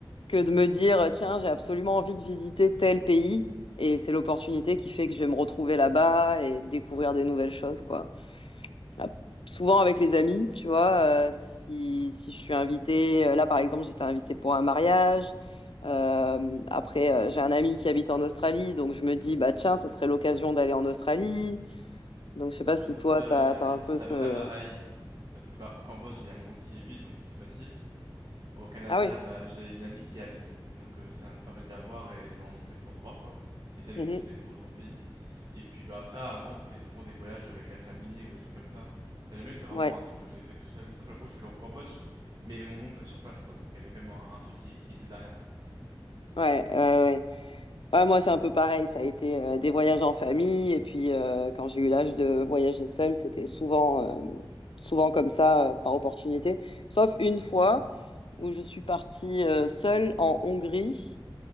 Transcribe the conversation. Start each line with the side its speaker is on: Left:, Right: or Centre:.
Left: que de me dire, tiens, j'ai absolument envie de visiter tel pays, et c'est l'opportunité qui fait que je vais me retrouver là-bas et découvrir des nouvelles choses, quoi. Ah, Souvent avec les amis, tu vois, euh, si si je suis invitée, euh, là par exemple, j'étais invitée pour un mariage. Euh, après, euh, j'ai un ami qui habite en Australie, donc je me dis, bah tiens, ça serait l'occasion d'aller en Australie. Donc je sais
Right: Bah,
Left: pas si
Right: c'est à peu
Left: toi,
Right: près,
Left: t'as
Right: ouais,
Left: t'as un peu
Right: c'est
Left: ce...
Right: à peu près pareil. Parce que bah, au Cambodge, il y a mon oncle qui est vide donc c'est plus facile. Au Canada,
Left: Ah oui.
Right: bah, j'ai une amie qui y habite, donc euh, ça me permet de la voir et genre, on en profite pour se voir, quoi. Et c'est elle
Left: Mhm.
Right: qui me fait découvrir son pays. Et puis bah après, avant, c'était souvent des voyages avec la famille ou des trucs comme ça. T'as jamais été vraiment
Left: Ouais,
Right: un truc que j'ai fait tout seul, sauf la fois où je suis allé au Cambodge, mais il y avait mon oncle sur place, quoi, donc il y avait quand même un, un truc qui, qui était derrière.
Left: ouais, ouais, ouais. Ouais, moi, c'est un peu pareil. Ça a été euh, des voyages en famille. Et puis, euh, quand j'ai eu l'âge de voyager seule, c'était souvent, euh, souvent comme ça, euh, par opportunité. Sauf une fois où je suis partie euh, seule en Hongrie.